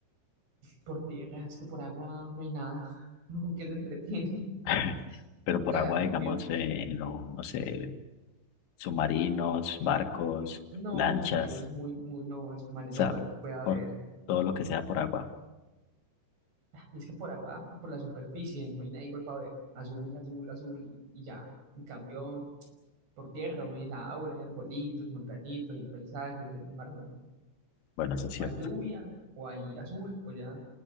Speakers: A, on the right; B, on the left.
A: por tierra, es que por agua no hay nada, <laughs> uno con qué se entretiene, <laughs>
B: <laughs> Pero
A: o
B: por
A: sea,
B: agua,
A: por
B: digamos,
A: tierra,
B: eh, no, no sé, submarinos, barcos,
A: no,
B: lanchas,
A: un submarino es muy, muy, no, el submarino,
B: o sea,
A: pero que puede haber.
B: por- todo lo que sea por agua.
A: Y es que por agua, por la superficie, no hay nada igual para ver. Azul, azul, azul, y y ya. En cambio, por tierra uno dice, ah, bueno, hay arbolitos, montañitas, hay paisajes, en el mar no.
B: Bueno, eso es cierto.
A: O hay lluvia, o hay azul, o ya.